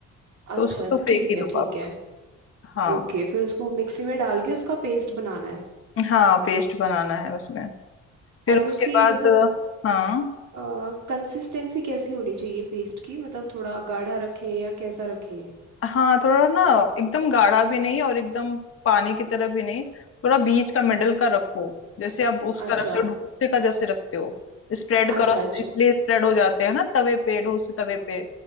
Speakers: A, on the left; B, on the right.
A: तो
B: अच्छा
A: उसको तो फेंक
B: ठीक
A: ही
B: है
A: दो
B: ठीक
A: आप
B: है
A: हाँ
B: ओके फिर उसको मिक्सी में डाल के उसका पेस्ट बनाना है
A: हाँ पेस्ट बनाना है उसमें फिर
B: और उसकी
A: उसके बाद
B: मतलब
A: हाँ
B: कंसिस्टेंसी कैसी होनी चाहिए पेस्ट की मतलब थोड़ा गाढ़ा रखें या कैसा रखें
A: हाँ थोड़ा ना एकदम गाढ़ा भी नहीं और एकदम पानी की तरह भी नहीं थोड़ा बीच का मिडल का रखो जैसे आप उसका
B: अच्छा
A: रखते हो अच्छा डोसे का जैसे रखते हो स्प्रेड करो
B: अच्छा अच्छा
A: इसलिए स्प्रेड हो जाते हैं ना तवे पे डोसे तवे पे